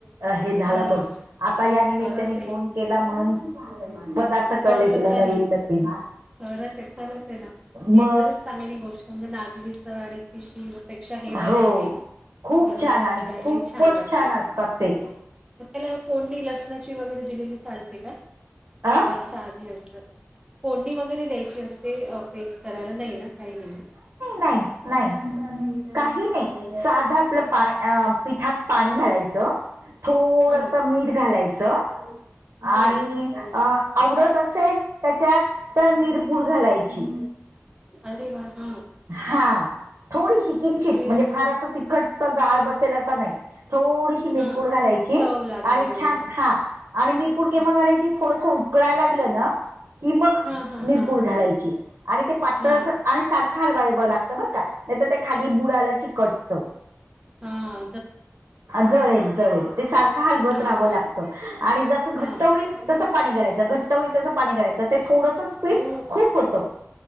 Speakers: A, on the right; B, on the right.
A: हे झाला
B: हा
A: बघ. आता या निमित्ताने
B: खरंच आहे
A: फोन- केला म्हणून पदार्थ- कळले
B: कळलं
A: तुला
B: तरी.
A: नवीन नवीन.
B: खरच ये. खरंच ये ना. हे
A: म
B: खरंच चांगली गोष्ट. म्हणजे नागलीच आणि खि शीपेक्षा हे बरय
A: हो.
B: टेस्ट.
A: खूप
B: गरम
A: छान
B: गरम
A: आणि
B: प्यायलाही
A: खूपच
B: छान वाटत.
A: असतात ते
B: मग त्याला फोडणी लसणाची वगैरे दिलेली- चालते का?
A: अ
B: साधे अस. फोडणी वगैरे द्यायची असते पेस्ट करायला नाही ना? काही नाही ना?
A: नाही. नाही. काही नाही. साधं आपलं पा
B: हा,
A: पिठात पाणी घालायचं. थोडस
B: हा
A: मीठ घालायचं. च
B: हा
A: आणि- अ आवडत असेल त्याच्यात, तर मिरपूड घालायची.
B: अरे वा! हा.
A: हा. थोडीशी किंचित
B: मेल
A: म्हणजे फार
B: फूड
A: असं- गच्च गाळ बसेल असा नाही. थोडीशी- मिरपूड
B: हा
A: घालायची.
B: चव लागेल
A: आणि
B: एवढी
A: छान
B: फक्त
A: हा. आणि मिरपूड केव्हा
B: हा
A: घालायची? थोडसं उकळायला लागलं ना? की मग
B: हा हा
A: मिरपूड
B: हा
A: घालायची. आणि ते पातळ
B: हा
A: असं, आणि सारखं हलवावं लागतं बरं का? नाही तर ते खाली बुडाला चिकटत.
B: हम्म.
A: जळेल, जळेल. ते सारखं हलवत
B: हां
A: राहावं
B: हां
A: लागत. आणि जस घट्ट
B: हां
A: होईल- तसं पाणी घालायच. घट्ट होईल तसं पाणी घालायचं. ते थोडंसंच - पीठ
B: हो
A: खूप होत.